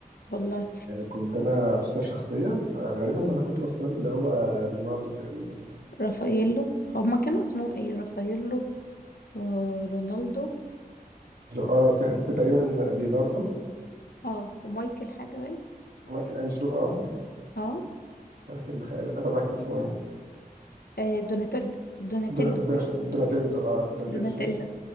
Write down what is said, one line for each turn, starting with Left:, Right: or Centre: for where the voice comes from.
Left: والله
Right: كنت انا اختار شخصية آه غالبا انا كنت بختار اللي هو ليوناردو تقريبا
Left: رافاييلو هما كانوا اسمهم ايه رافاييلو ورونالدو
Right: اه ت- ت- تقريبا ليوناردو
Left: اه ومايكل حاجة باين
Right: مايكل انجلو اه
Left: اه
Right: مش عارف الخ- الرابع كان اسمه ايه
Left: آه، دوناتيلا دوناتيلو
Right: دونا- دونا- دوناتيلو اه دوناتيلو
Left: دوناتيلا